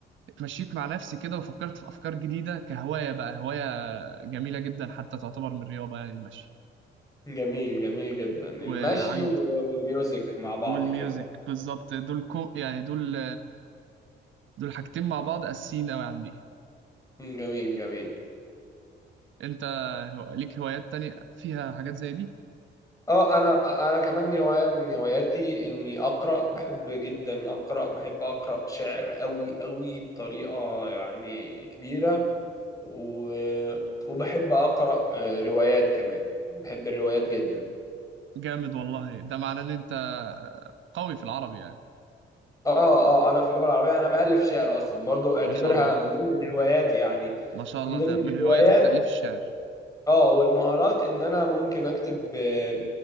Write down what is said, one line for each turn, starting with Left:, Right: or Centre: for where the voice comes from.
Right: اتمشيت مع نفسي كده وفكرت في افكار جديده كهوايه بقى هوايه جميله جدا حتى تعتبر من الرياضه يعني المشي
Left: جميل جميل جدا المشي
Right: وعند
Left: و- والميوزك مع بعض
Right: والميوزك
Left: كده
Right: بالظبط دول كو يعني دول دول حاجتين مع بعض اساسيين قوي عندي
Left: مم، جميل جميل
Right: انت هو- ليك هوايات تانية فيها حاجات زي دي
Left: اه انا انا كمان هواية من هواياتي اني اقرأ بحب جدا اقرأ بحب اقرأ شعر قوي قوي بطريقة يعني كبيرة و... وبحب اقرأ آه، روايات كمان بحب الروايات جدا
Right: جامد والله ده معناه ان انت قوي في العربي يعني
Left: اه اه انا في اللغه العربيه انا بالف شعر اصلا برضو اعتبرها
Right: ما شاء الله
Left: من ضمن الهوايات يعني
Right: ما شاء الله
Left: من ضمن
Right: ده
Left: الهوايات
Right: من هواياتك تأليف الشعر
Left: اه والمهارات ان انا ممكن اكتب آه،